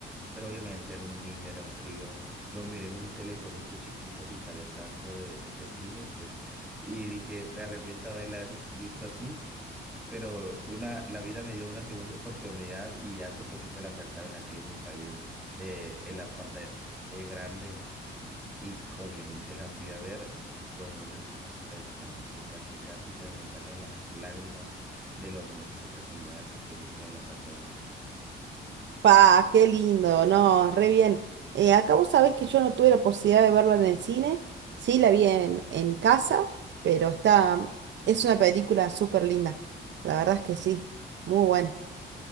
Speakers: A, in the centre; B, on the right (about 65°).
A: pero obviamente era un niño, era un crío, lo miré en un telefonito chiquito sin saber tanto de, de cine, pues, y dije, me arrepiento de haberla visto así, pero una, la vida me dio una segunda oportunidad y hace poquito la sacaron aquí en mi país, eh, en la pantalla grande. Y obviamente la fui a ver, fue un espectáculo, casi casi se me salen las lágrimas de lo hermoso que se miraba esa película en la pantalla grande.
B: Pa, qué lindo, no, re bien. Eh, acá vos sabés que yo no tuve la posibilidad de verla en el cine, sí, la vi en, en casa, pero está, es una película súper linda, la verdad es que sí, muy buena.